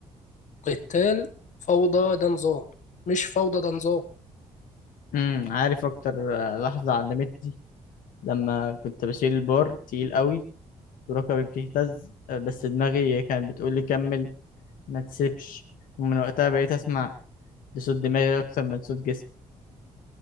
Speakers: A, on the left; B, on the left.
A: القتال فوضى ده نظام مش فوضى ده نظام
B: امم عارف اكتر آه، لحظة علمتني لما كنت بشيل البار تقيل قوي وركبي بتهتز آه، بس دماغي كانت بتقول لي كمل ما تسيبش ومن وقتها بقيت اسمع لصوت دماغي اكتر من صوت جسمي